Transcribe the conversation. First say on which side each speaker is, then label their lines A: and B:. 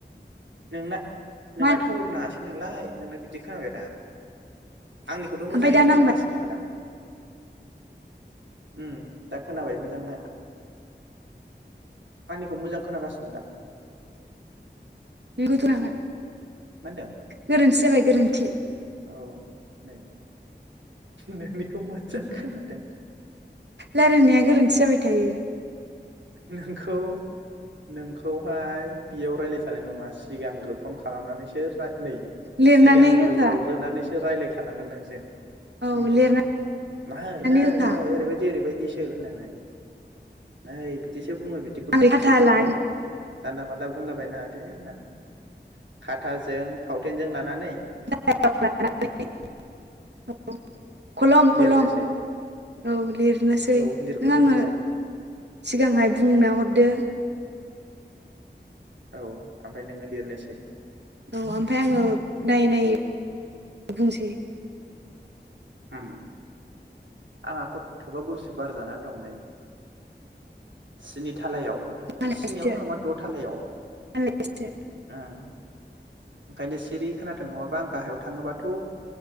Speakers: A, on the right; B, on the right.
A: नोंना नोंना
B: मा
A: टाउवार नाङासै नालाय नोंना बिदि खोनाबाय रा। आंनिखौथ मोजाङैनो
B: ओमफ्राय दा नांबाय
A: खोनागासिनो खादा? उम दा खोनाबाय मोजांनो। आंनिखौ मोजां खोनागासिनो दा?
B: <unintelligible>
A: उम मा होनदों
B: गोरोन्थि जाबाय गोरोन्थि।
A: औ नै नोंनिखौ मोजां खोनादों।
B: रायलायनाया गोरोन्थि जाबाय थायो।
A: नोंखौ नोंखौहाय बेयाव राय्लायजानाय नंङा सिगांग्रो फन खालामनानैसो फाख नै
B: लिरनानै
A: सिगांग्रो
B: होखा
A: हरग्रोनानैस रायलायखानांगोन नों जेन
B: औ
A: ओम
B: लिरनानै
A: नै नै
B: होखा
A: नै ओरैबायदि ओरैबायदि दिसो होनानै नै बिदि बुंङो बिदिखौ
B: आं
A: बिब्दिसो
B: खाथा
A: बुंङो
B: ला
A: जानला मानला बुंलाबायनो नांङा दे होननानै खाथाजों फावथेनजों लानानै
B: <unintelligible> खलम
A: लिरनोसै
B: खलम औ लिरनोसै
A: औ
B: नों
A: लिरख'जोबनोसै
B: आंनो सिगांहाय
A: ए,
B: बुंना हरदो
A: औ ओमफाय नोंङो लिरनोसै
B: औ ओमफाय आंङो नायै नायै बुंसै
A: ओम आंहा खथ'बा गुसु बार जानानै दं नै स्नि थालायाव
B: मालायसो
A: स्नियावथ' नंङा द' थालायाव ओंखायनो
B: मालायसो
A: सिरि खोनादों नङाबा आं गाहायाव थांङोबाथ'